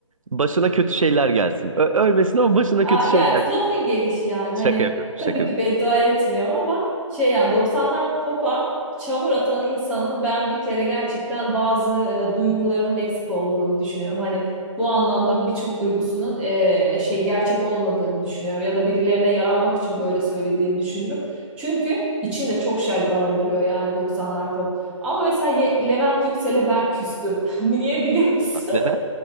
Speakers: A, on the right; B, in the centre.
A: Başına kötü şeyler gelsin. Ö- ölmesin ama başına
B: Aa,
A: kötü
B: ya
A: şeyler gelsin.
B: lafın gelişi yani
A: Şaka
B: hani
A: yapıyorum,
B: tabii
A: şaka yapıyorum.
B: ki beddua etmiyorum ama şey yani 90'lar popa çamur atan insanın ben bir kere gerçekten bazı e, duygularının eksik olduğunu düşünüyorum. Hani bu anlamda birçok duygusunun e, şey gerçek olmadığını düşünüyorum ya da birilerine yaranmak için böyle söylediğini düşünürüm. Çünkü içinde çok şey barındırıyor yani 90'lar pop. Ama mesela Ye- Levent Yüksel'e ben küstüm. <laughs> Niye biliyor musun?
A: Allah, Neden?